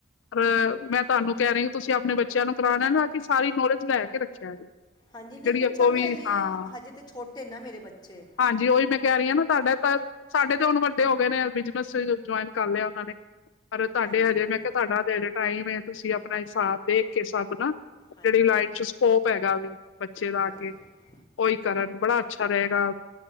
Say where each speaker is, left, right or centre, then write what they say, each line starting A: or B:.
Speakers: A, on the left (about 80°); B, on the left (about 20°).
A: ਪਰ ਮੈਂ ਤਾਨੂੰ ਕੇ ਰਈ ਤੁਸੀਂ ਆਪਨੇ ਬੱਚਿਆਂ ਨੂੰ ਕਰਾਣਾ ਏ ਨਾ ਕਿ ਸਾਰੀ ਨੌਲੇਜ ਲੈ ਕੇ ਰੱਖਿਆ ਜੇ
B: ਹਾਂਜੀ, ਨੀਂ
A: ਜਿਹੜੀ
B: ਪੁੱਛਾਂਗੇ
A: ਅੱਗੋਂ ਵੀ
B: ਹਲੇੇ
A: ਹਾਂ
B: ਹਜੇ ਤੇ ਛੋਟੇ ਨਾ ਮੇਰੇ ਬੱਚੇ
A: ਜੀ ਉਈ ਮੈਂ ਕੇ ਰਈ ਆਨਾ ਤੁਹਾਡਾ ਤੇ ਸਾਡੇ ਤੇ ਹੁਨ ਵੱਡੇ ਹੋ ਗਏ ਨੇਂ, ਬਿਜਨਸ ਜੁਆਇਨ ਕਰ ਲਿਆ ਉਨਾਂ ਨੇਂ ਪਰ ਤਾਡੇ
B: ਹਾਂਜੀ
A: ਹਜੇ
B: ਹਾਂਜੀ
A: ਮੈਂ ਕਿਯਾ ਤੁਹਾਡਾ ਤੇ ਹਜੇ ਟਾਈਮ ਏ, ਤੁਸੀਂ ਆਪਨਾ ਸਾਬ ਦੇਖ ਕੇ ਸਬ ਨਾਂ
B: ਹਾਂਜੀ
A: ਕੇੜੀ ਲਾਈਨ ਚ ਸਕੋਪ ਹੈਗਾ ਵੇ ਬੱਚੇ ਦਾ
B: ਹਾਂਜੀ
A: ਅੱਗੇ ਉਈ ਕਰਨ ਬੜਾ ਅੱਛਾ ਰਏਗਾ,